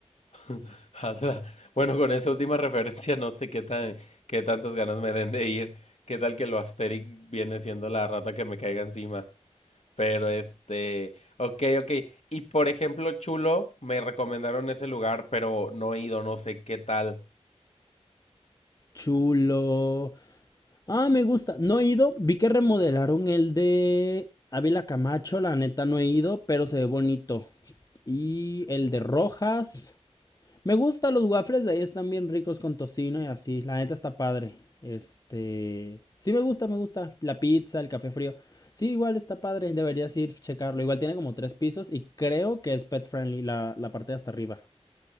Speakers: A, on the left; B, on the left.
A: <laughs> Anda, Bueno, con esa última <laughs> referencia no sé qué tan, qué tantas ganas me den de ir. ¿Qué tal que lo Asterix viene siendo la rata que me caiga encima? Pero este, ok, ok. Y por ejemplo, Chulo, me recomendaron ese lugar, pero no he ido, no sé qué tal.
B: Chulo. Ah, me gusta. No he ido. Vi que remodelaron el de Ávila Camacho. La neta no he ido, pero se ve bonito. Y el de Rojas. Me gusta los waffles de ahí. Están bien ricos con tocino y así. La neta está padre. Este. Sí, me gusta, me gusta. La pizza, el café frío. Sí, igual está padre. Deberías ir, checarlo. Igual tiene como tres pisos y creo que es pet friendly la, la parte de hasta arriba.